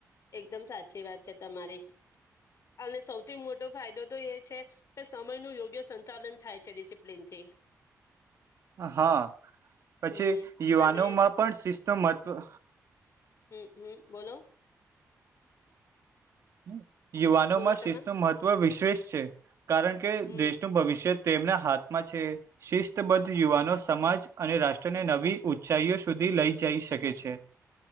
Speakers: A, on the left (about 60°); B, on the right (about 55°).
A: એકદમ સાચી વાત છે તમારી અને સૌથી મોટો ફાયદો તો એ છે કે સમયનું યોગ્ય સંચાલન થાય છે ડિસિપ્લિનથી.
B: હા પછી
A: હમ
B: યુવાનો
A: અને
B: માં પણ શિસ્ત મહત્વ
A: હમ્મ, હમ્મ, બોલો.
B: <inaudible> <inaudible> યુવાનોમાં
A: બોલો
B: શિષ
A: તમે
B: નું મહત્વ વિશેષ છે કારણ કે
A: હમ
B: દેશનું ભવિષ્ય તેમના હાથમાં છે શિસ્તબદ્ધ યુવાનો સમાજ અને રાષ્ટ્રને નવી ઊંચાઈઓ સુધી લઈ જઈ શકે છે.